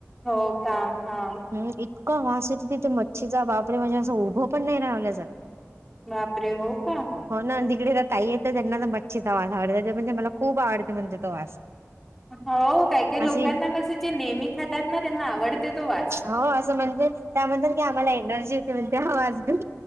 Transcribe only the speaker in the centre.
हो काम हा.
बापरे हो का.
हो काय, काय लोकांना
कसं जे नेहमी खातात ना त्यांना आवडते तो वास.